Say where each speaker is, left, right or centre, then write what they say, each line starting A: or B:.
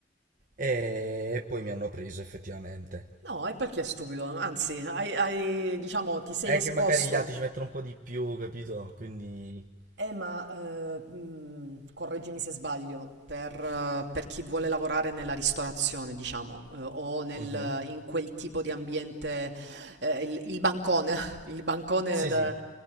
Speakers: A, on the right; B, on the right.
A: e, e poi mi hanno preso effettivamente.
B: No, e perché è stupido? Anzi, hai, hai, diciamo, ti sei
A: È
B: esposto.
A: che magari gli altri ci mettono un po' di più, capito? Quindi...
B: Eh, ma eh, mh, correggimi se sbaglio, per, eh, per chi vuole lavorare nella ristorazione, diciamo, eh, o nel,
A: Mhm.
B: in quel tipo di ambiente, eh, il, il bancone, <laughs> il bancone
A: Sì,
B: da-
A: sì.